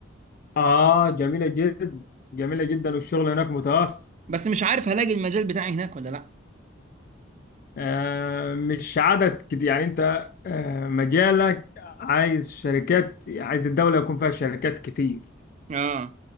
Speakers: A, on the left; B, on the right.
A: اه جميلة جدا جميلة جدا والشغل هناك متوفر
B: بس مش عارف هلاقي المجال بتاعي هناك ولا لا
A: آه، مش عدد كتير يعني انت آه، مجالك عايز شركات عايز الدولة يكون فيها شركات كتير
B: اه